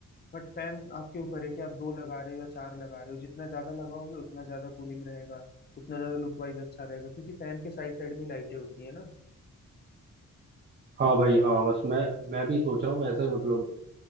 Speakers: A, on the left; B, on the right.
A: बट फैन आपके ऊपर है कि आप दो लगा रहे हो या चार लगा रहे हो जितना ज्यादा लगाओगे उतना ज्यादा कूलिंग रहेगा उतना ज्यादा लुक वाइज अच्छा रहेगा क्योंकि फैन के साइड साइड में लाइटें होती है ना
B: हाँ भाई हाँ बस मैं मैं भी सोच रहा हूँ ऐसा ही मतलब